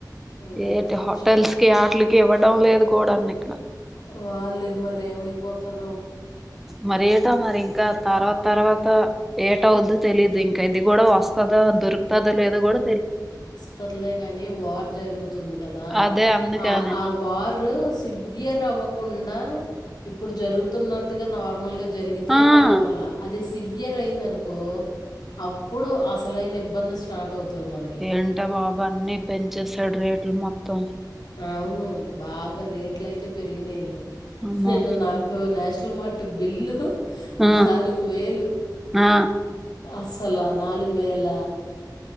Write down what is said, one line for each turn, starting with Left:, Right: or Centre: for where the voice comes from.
Left: ఇలా
Centre: ఏంటి
Left: అయితే
Centre: హోటల్స్
Left: కష్టం
Centre: కి ఆటిలకి ఇవ్వడం లేదు కోడన్ని
Left: వాళ్ళకి మరి ఏమైపోతు <inaudible>
Centre: మరి ఏటో మరి ఇంకా తర్వాత తర్వాత ఏట వుద్దో తెలీదు ఇంకా ఇది కూడా వస్తదా దొరుకుతదా లేదో కూడా
Left: సరేలే గాని వార్ జరుగుతుంది కదా
Centre: అదే అందుకనే.
Left: ఆ ఆ వారు సివయర్ అవ్వ కుండా ఇప్పుడు జరుగుతున్నట్టుగా నార్మల్ గా జరిగితే
Centre: ఆ!
Left: పర్వాలా అదే సివి సివియర్ అయిందనుకో అప్పుడు అసలైన ఇబ్బంది స్టార్ట్ అవుతుంది మనకి
Centre: ఏంటే బాబా అన్నీ పెంచేస్ డు రేట్లు మొత్తం
Left: అవును బాగా రేట్ల అయితే పెరిగినయిలే
Centre: అమ్మో
Left: నిన్న నాకు నేషనల్ మార్ట్ బిల్లు
Centre: ఆ
Left: నాలుగు వేలు
Centre: ఆ
Left: అస్సల నాలుగు వేల